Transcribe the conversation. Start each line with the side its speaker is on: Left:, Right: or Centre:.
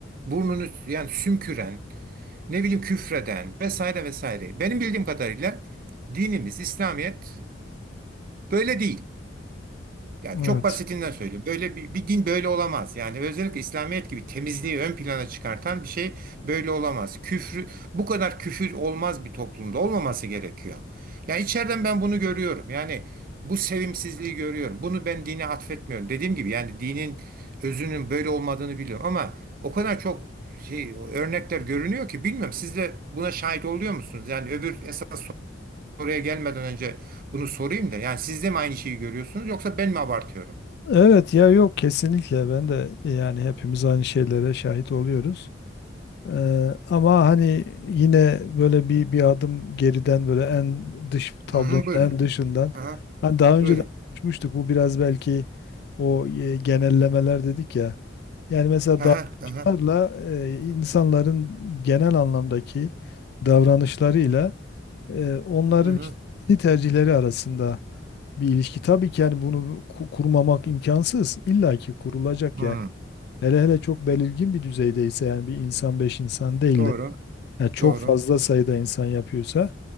Right: burnunu yani sümküren, ne bileyim küfreden vesaire vesaire. Benim bildiğim kadarıyla dinimiz İslamiyet böyle değil. Yani
Left: Evet.
Right: çok basitinden söylüyorum. Böyle bir, bir din böyle olamaz. Yani özellikle İslamiyet gibi temizliği ön plana çıkartan bir şey böyle olamaz. Küfrü, bu kadar küfür olmaz bir toplumda olmaması gerekiyor. Yani içeriden ben bunu görüyorum. Yani bu sevimsizliği görüyorum. Bunu ben dine atfetmiyorum. Dediğim gibi yani dinin özünün böyle olmadığını biliyorum ama o kadar çok şey örnekler görünüyor ki bilmiyorum. Siz de buna şahit oluyor musunuz? Yani öbür esas oraya gelmeden önce bunu sorayım da. Yani siz de mi aynı şeyi görüyorsunuz yoksa ben mi abartıyorum?
Left: Evet ya yok kesinlikle ben de e, yani hepimiz aynı şeylere şahit oluyoruz. Eee, ama hani yine böyle bir bir adım geriden böyle en dış tablonun
Right: Hı hı, buyurun.
Left: en dışından.
Right: Aha,
Left: Hani daha önce
Right: buyurun.
Left: de konuşmuştuk. Bu biraz belki o e, genellemeler dedik ya. Yani mesela davranışlarla
Right: Aha, aha.
Left: e, insanların genel anlamdaki davranışlarıyla e, onların
Right: Hı hı.
Left: işte dini tercihleri arasında bir ilişki. Tabii ki yani bunu ku- kurmamak imkansız. İlla ki kurulacak
Right: Hı,
Left: yani. Hele hele çok belirgin bir düzeydeyse yani bir insan beş insan değil
Right: doğru,
Left: de yani çok
Right: doğru.
Left: fazla sayıda insan yapıyorsa